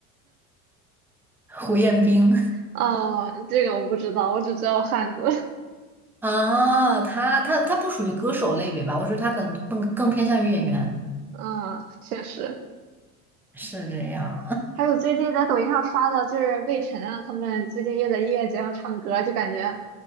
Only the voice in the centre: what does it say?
胡彦斌
<laughs> 啊，他他他不属于歌手类别吧？我觉得他更更更偏向于演员，
是这样。